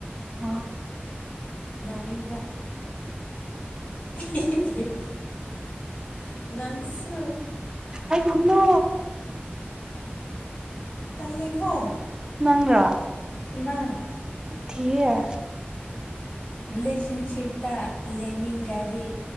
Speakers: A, on the right; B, on the left.
A: ꯍꯣꯏ
B: ꯅꯣꯅꯤꯕ꯭ꯔꯥ <inaudible> ꯅꯪꯁꯨ
A: ꯑꯩ ꯒꯤꯅꯣ
B: ꯇꯂꯦ ꯀꯣ
A: ꯅꯪꯔꯣ
B: ꯅꯪ
A: ꯊꯤꯌꯦ
B: ꯔꯤꯂꯦꯁꯟꯁꯤꯞ ꯇ ꯂꯩꯅꯤꯡꯒꯗꯤ